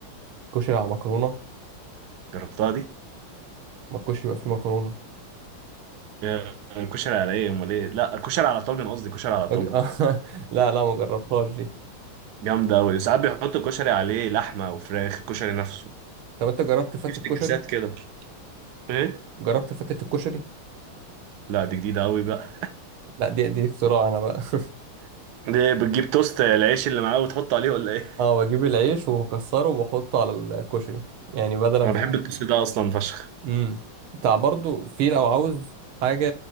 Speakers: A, on the right; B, on the right.
A: كشري على مكرونه
B: جربتها دي
A: ما الكشري يبقى فيه مكرونه
B: يا الكشري على ايه امال ايه لا الكشري على طاجن قصدي كشري على
A: أج-
B: طاجن
A: <laughs> لا لا ما جربتهاش دي
B: جامدة قوي ساعات بيحطوا الكشري عليه لحمة وفراخ الكشري نفسه
A: طب انت جربت فتة
B: في افتكاسات
A: كشري
B: كده ايه
A: جربت فتة الكشري
B: لا دي جديدة قوي بقى
A: لا دي دي اختراع انا بقى <laughs>
B: <laughs> دي بتجيب توست العيش اللي معاه وتحطه عليه ولا ايه
A: اه بجيب العيش وبكسره وبحطه على الكشري يعني بدل ما
B: انا بحب التوست ده اصلا فشخ
A: امم بتاع برضو في لو عاوز حاجه